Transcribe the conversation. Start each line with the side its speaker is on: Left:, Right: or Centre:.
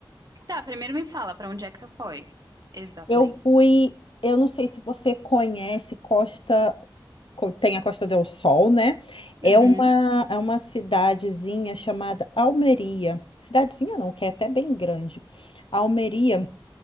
Right: Tá, primeiro me fala pra onde é que tu foi. Exatamente.
Left: Eu fui, eu não sei se você conhece Costa, co- tem a Costa del Sol, né?
Right: Uhum,
Left: É uma, é uma cidadezinha chamada Almeria. Cidadezinha não, que é até bem grande. Almeria